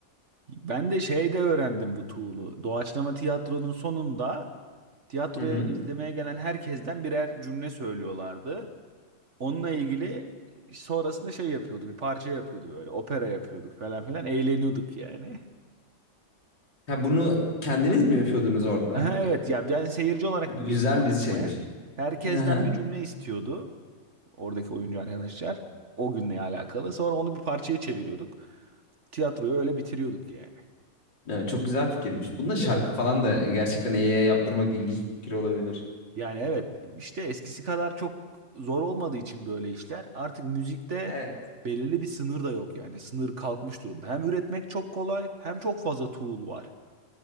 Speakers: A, on the right; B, on the left.
A: Ben de şeyde öğrendim bu tool'u. Doğaçlama tiyatronun sonunda tiyatroya
B: Hı hı.
A: izlemeye gelen herkesten birer cümle söylüyorlardı. Onunla ilgili sonrasında şey yapıyordu, bir parça yapıyordu böyle, opera yapıyorduk falan filan, eğleniyorduk yani.
B: Ha, bunu kendiniz mi yapıyordunuz orada?
A: Aha, evet ya ben seyirci olarak
B: Güzel
A: gidiyordum doğaçlamaya.
B: bir şeymiş.
A: Herkesten
B: Hı hı.
A: bir cümle istiyordu oradaki oyuncu arkadaşlar. O günle alakalı. Sonra onu bir parçaya çeviriyorduk. Tiyatroyu öyle bitiriyorduk yani.
B: Evet, çok güzel fikirmiş. Bunda şarkı
A: Evet.
B: falan da gerçekten AI'ye yaptırmak ilginç bir fikir olabilir.
A: Yani evet işte eskisi kadar çok zor olmadığı için böyle işler artık müzikte
B: Evet,
A: belirli bir sınır da yok yani sınır kalkmış durumda. Hem üretmek çok kolay hem çok fazla tool var.